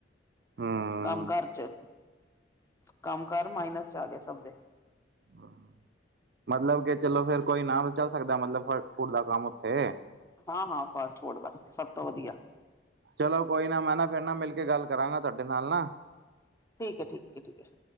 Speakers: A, on the right; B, on the left.
A: ਹੂੰ
B: ਕੰਮ-ਕਾਰ ਚ। ਕੰਮ ਕਾਰ ਮਾਈਨਸ 'ਚ ਆ ਗਿਆ ਸਭ ਦੇ
A: ਹਾਂ ਮਤਲਬ ਕਿ ਚਲੋ ਫੇਰ ਕੋਈ ਨਾ ਚੱਲ ਸਕਦਾ ਮਤਲਬ ਫਾਸਟ ਫੂਡ ਦਾ ਕੰਮ ਉੱਥੇ
B: ਹਾਂ -ਹਾਂ ਫਾਸਟ ਫੂਡ ਦਾ, ਸਭ ਤੋਂ ਵਧੀਆ
A: ਚਲੋ ਕੋਈ ਨਾ, ਮੈਂ ਨਾ ਫੇਰ ਨਾ ਮਿਲ ਕੇ ਗੱਲ ਕਰਾਂਗਾ ਤੁਹਾਡੇ ਨਾਲ ਨਾ
B: ਠੀਕ ਹੈ- ਠੀਕ ਹੈ -ਠੀਕ ਹੈ